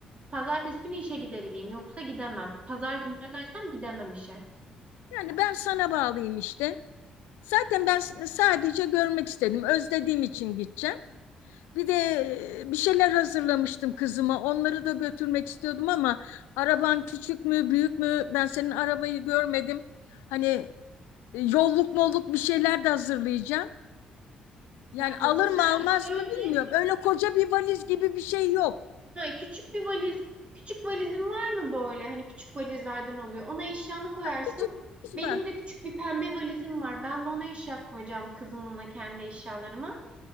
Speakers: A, on the right; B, on the left.
A: pazartesi günü işe gidebileyim. Yoksa gidemem. Pazar günü dönersem gidemem işe.
B: Yani ben sana bağlıyım işte. Zaten ben s- sadece görmek istedim. Özlediğim için gideceğim. Bir de e, bir şeyler hazırlamıştım kızıma. Onları da götürmek istiyordum ama araban küçük mü, büyük mü? Ben senin arabayı görmedim. Hani e, yolluk molluk bir şeyler de hazırlayacağım. Yani
A: Ya
B: alır
A: hazırlığı
B: mı almaz
A: şöyle
B: mı bilmiyorum. Öyle koca bir valiz gibi bir şey yok.
A: Ha, küçük bir valiz. Küçük valizin var mı böyle? Hani küçük valizlerden oluyor. Ona eşyanı koyarsın.
B: Küçük bir valiz
A: Benim
B: var.
A: de küçük bir pembe valizim var. Ben de ona eşya koyacağım kızımınla kendi eşyalarımı.